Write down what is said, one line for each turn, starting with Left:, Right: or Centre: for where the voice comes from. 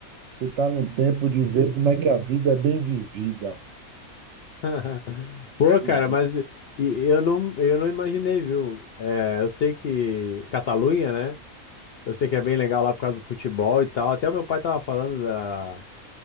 Right: você está no tempo de ver como é que a vida é bem vivida.
Left: <laughs> Pô,
Right: Pois,
Left: cara, mas e- eu não, eu não imaginei, viu? É, eu sei que Catalunha, né? Eu sei que é bem legal lá por causa do futebol e tal. Até o meu pai tava falando da...